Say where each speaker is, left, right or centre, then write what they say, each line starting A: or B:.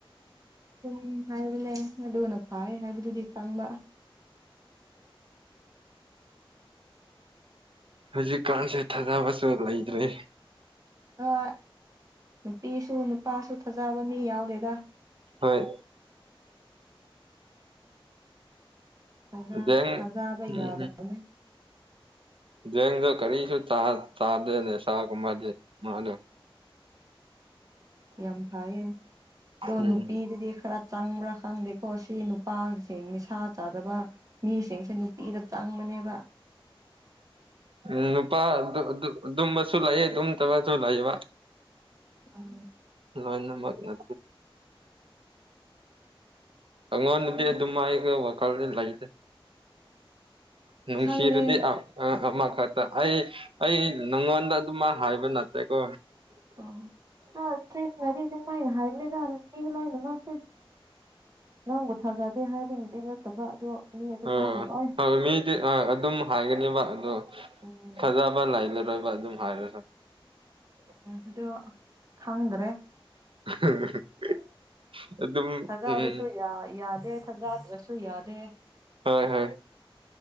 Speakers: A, on the right; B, on the right.
A: ꯎꯝ ꯍꯥꯏꯅꯦ ꯑꯗꯨꯒꯅ ꯐꯩ ꯍꯥꯏꯕꯗꯨꯗꯤ ꯈꯪꯕ
B: ꯍꯧꯖꯤꯛꯀꯥꯟꯁꯦ ꯊꯥꯖꯕꯁꯨ ꯂꯩꯇ꯭ꯔꯦ
A: ꯑ ꯅꯨꯄꯤꯁꯨ ꯅꯨꯄꯥꯁꯨ ꯐꯖꯕ ꯃꯤ ꯌꯥꯎꯔꯦꯗ
B: ꯍꯣꯏ
A: ꯐꯖꯥ
B: ꯖꯦꯡ
A: ꯐꯖꯥꯕ
B: ꯎꯝ
A: ꯌꯥꯗꯅꯦ
B: ꯗ ꯀꯔꯤꯁ ꯆꯥ ꯆꯥꯗꯦ ꯁꯥ ꯀ ꯃꯥꯗꯦ ꯃꯥꯂ
A: ꯌꯥꯝꯐ ꯗꯅꯨ
B: ꯎꯝ
A: ꯄꯤꯔ ꯈꯔ ꯆꯪꯕ꯭ꯔꯥ ꯈꯪꯗꯦꯀꯣ ꯁꯤ ꯅꯨꯄꯥꯁꯤꯡ ꯅꯤꯁꯥ ꯆꯥꯗꯕ ꯃꯤꯁꯤꯡꯁꯦ ꯅꯨꯄꯤꯗ ꯆꯪꯕꯅꯤ ꯕ
B: ꯎ ꯅꯨꯄꯥ ꯑꯗꯨꯝꯕꯁꯨ ꯂꯥꯏꯌꯦ ꯑꯗꯨꯝ ꯇꯁꯨ ꯂꯥꯏꯕ
A: ꯎꯝ
B: ꯂꯥꯏꯟ ꯅ ꯃꯒ ꯅ ꯑꯉꯣꯟ ꯅꯗꯤ
A: ꯎꯝ
B: ꯑꯗꯨ ꯃꯥ ꯋꯥꯀꯜ ꯂꯥꯛꯗ ꯅꯨꯡꯁꯤꯔꯗꯤ
A: ꯈꯪꯗꯦ
B: ꯑꯃꯈꯛꯇ ꯑꯩ ꯑꯩ ꯅꯉꯣꯟꯗ ꯑꯗꯨꯃ ꯍꯥꯏꯕ ꯅꯅꯥꯇꯦꯀꯣ
A: ꯑ ꯑ ꯇ ꯉꯔꯤ ꯃꯥꯥꯏ ꯍꯥꯏ ꯂ ꯃꯥꯁꯦ ꯅꯪꯕꯨ ꯊꯥꯖꯗꯦ ꯍꯥꯏꯕꯒꯤꯗꯨꯩ ꯅꯠꯇꯕ꯭ꯔꯥ ꯑꯗꯣ ꯃꯤ ꯑꯗꯨꯝ
B: ꯑꯥ
A: ꯑꯥꯏꯅ ꯂ
B: ꯍꯣꯏ ꯃꯤꯗꯤ ꯑꯗꯨꯝ ꯍꯥꯏꯒꯅꯦꯕ ꯑꯗꯣ
A: ꯎꯝ
B: ꯊꯥꯖꯕ ꯂꯥꯏ ꯂꯩꯔꯣꯏ ꯑꯗꯨꯝ ꯐꯥꯏꯔꯦꯁ
A: ꯎ ꯑꯗꯨꯣ ꯈꯪꯗ꯭ꯔꯦ
B: <inaudible> ꯑꯗꯨꯝ
A: ꯊꯖꯕꯁꯨ
B: ꯎꯝ
A: ꯌꯥꯗꯦ ꯊꯖꯗ꯭ꯔꯁꯨ ꯌꯥꯗꯦ
B: ꯍꯣꯏ ꯍꯣꯏ